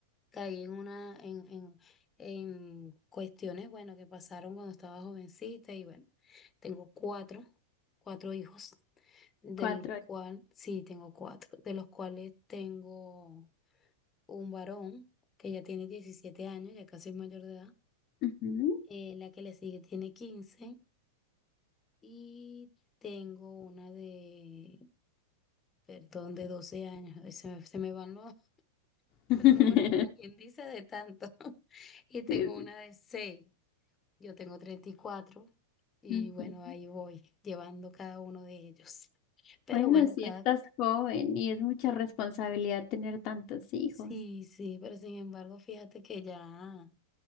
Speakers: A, on the left; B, on the left.
A: caí en una, en, en, en cuestiones, bueno, que pasaron cuando estaba jovencita y bueno, tengo cuatro, cuatro hijos, del
B: Cuatro.
A: cual, sí, tengo cuatro, de los cuales tengo un varón que ya tiene 17 años, ya casi es mayor de edad,
B: Ujú.
A: eh, la que le sigue tiene 15 y tengo una de Perdón, de 12 años. Ay, Se me, se me van los, <laughs>
B: <laughs>
A: los números como quien dice de tanto. <laughs> Y tengo
B: Sí, sí.
A: una de seis, Yo tengo treinta y cuatro y
B: Ujú.
A: bueno, ahí voy llevando cada uno de ellos. Pero
B: Bueno,
A: bueno,
B: sí
A: cada...
B: estás joven y es mucha responsabilidad tener tantos hijos.
A: Sí, sí, pero sin embargo, fíjate que ya